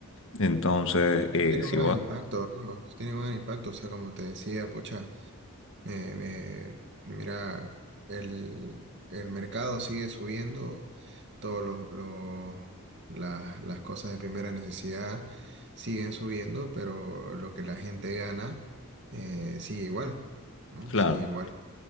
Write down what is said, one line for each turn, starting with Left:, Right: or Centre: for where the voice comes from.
Left: Entonces, eh,
Right: Tiene
Left: si
Right: un gran
Left: vos,
Right: impacto, ¿no? Tiene un gran impacto, o sea, como te decía, pucha, me- me- mira, el, el mercado sigue subiendo, todos los, los- las, las cosas de primera necesidad siguen subiendo, pero lo que la gente gana eh, sigue igual, ¿no?
Left: claro,
Right: Sigue igual.